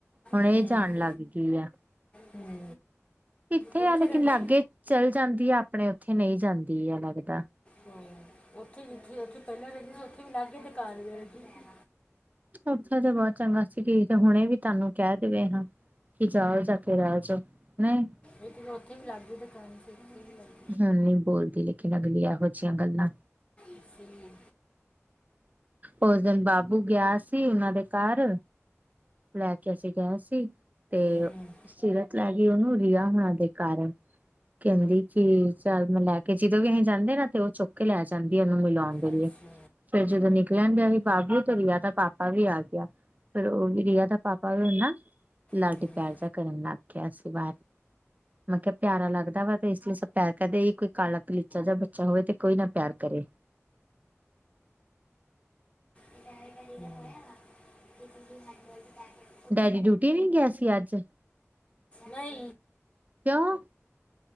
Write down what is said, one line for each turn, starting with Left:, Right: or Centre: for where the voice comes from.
Right: ਹੁਣ ਇਹ
Left: ਹੂੰ
Right: ਜਾਣ ਲੱਗ ਗੀ ਆ।
Left: ਹੂੰ।
Right: ਇੱਥੇ
Left: ਉੱਥੇ
Right: ਆ ਲੇਕਿਨ
Left: ਰਹਿੰਦੇ
Right: ਲਾਗੇ ਚੱਲ ਜਾਂਦੀ ਆ ਆਪਣੇ ਉੱਥੇ ਨਹੀ ਜਾਂਦੀ ਆ ਲੱਗਦਾ।
Left: ਹੂੰ ਓਥੇ ਜਿੱਥੇ ਓਥੇ ਪੈਲਾਂ ਰਹਿੰਦੇ ਸੀ ਓਥੇ ਵੀ ਲਾਗੇ ਦੁਕਾਨ ਮਿਲ਼ਦੀ ਸੀ।
Right: ਓਥਾ ਤਾਂ ਬੋਤ ਚੰਗਾ ਸੀ ਕਿ ਹੁਣੇ ਵੀ ਤਾਨੂੰ ਕੈ ਦੇਵੇ ਹਾਂ। ਕਿ ਜਾਓ ਜਾ ਕੇ ਰੈ ਜੋ ਨਈ
Left: ਏਕ ਤੇ ਓਥੇ ਵੀ ਲਾਗੇ ਦੁਕਾਨ ਸੀ ਇੱਥੇ ਵੀ ਲਗ
Right: ਹੁਣ ਨੀ ਬੋਲਦੀ ਲੇਕਿਨ ਅਗਲੀ ਐਹੋ ਜਿਇਆਂ ਗੱਲਾਂ
Left: ਇਸੇ ਨੇ
Right: ਓਸ ਦਿਨ ਬਾਬੂ ਗਯਾ ਸੀ ਓਨਾਂ ਦੇ ਕੱਰ ਲੈ ਕੇ ਅਸੀਂ ਗਏ ਸੀ ਤੇ
Left: ਹੂੰ
Right: ਸੀਰਤ ਲੈ ਗੀ ਓਨੂੰ ਰੀਆ ਹੋਣਾ ਦੇ ਕੱਰ। ਕੈਂਦੀ ਕਿ ਚੱਲ ਮੈਂ ਲੈ ਕੇ ਜਦੋਂ ਵੀ ਅਹੀ ਜਾਂਦੇ ਨਾ ਤੇ ਓ‌ ਚੋਕ ਕੇ ਲੈ ਜਾਂਦੀ ਓਨੂੰ ਮਿਲਾਓਣ ਦੇ
Left: ਅੱਛਾ
Right: ਲਈ ਫੇਰ ਜਦੋਂ ਨਿਕਲਣ ਦੇ ਹੀ ਬਾਬੂ ਤੇ ਰੀਆ ਦਾ ਪਾਪ ਪਾਂ ਵੀ ਆ ਗਯਾ ਫੇਰ ਓ ਵੀ ਰੀਆ ਦਾ ਪਾਪਾ ਵੀ ਓ ਨਾ ਲਾਡੀ
Left: ਹੂੰ
Right: ਪਿਆਰ ਜੇਆ ਕਰਨ ਲੱਗ ਗਯਾ ਸੀ ਬਾਰ ਮੈਂ ਕੇਆ ਪਿਆਰਾ ਲੱਗਦਾ ਵਾ ਤੇ ਇਸ ਲਈ ਸਭ ਪਿਆਰ ਕਰਦੇ ਏ ਕੋਈ ਕਾਲ-ਕਲੀਚਾ ਜੇਆ ਬੱਚਾ ਹੋਵੇ ਤੇ ਕੋਈ ਨਾ ਪਿਆਰ ਕਰੇ।
Left: <unintelligible> <unintelligible>
Right: ਡੈਡੀ ਡਿਊਟੀ ਨੀ ਗਯਾ ਸੀ ਅੱਜ
Left: ਨਈ।
Right: ਕਿਉਂ?